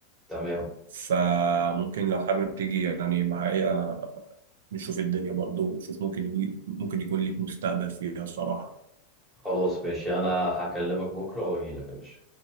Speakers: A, in the centre; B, on the right (about 80°).
A: تمام
B: فممكن لو حابب تيجي يعني معايا نشوف الدنيا برضو نشوف ممكن ليك ممكن يكون ليك مستقبل فيها الصراحة
A: خلاص ماشي انا هكلمك بكرة واجي لك يا باشا